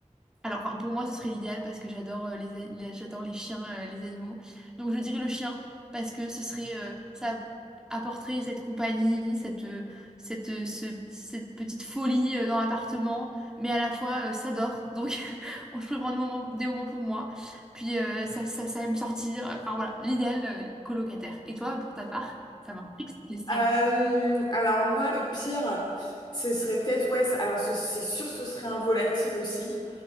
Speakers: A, in the centre; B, on the left (about 35°).
A: Alors, enfin, pour moi, ce serait l'idéal parce que j'adore euh, les, a- les- j'adore les chiens, euh, les animaux. Donc, je dirais le chien parce que ce serait, euh, ça apporterait cette compagnie, cette, euh, cette, euh, ce- cette petite folie euh, dans l'appartement, mais à la fois, euh, ça dort. Donc, <laughs> je peux prendre des moments, des moments pour moi. Puis, euh, ça, ça, ça aime sortir. Enfin, voilà, l'idéal, euh, colocataire. Et toi, pour ta part, ça m'intrigue cette question.
B: Euh, alors moi, le pire, ce serait peut-être, ouais, ça- alors ce- c'est sûr, ce serait un volatile aussi.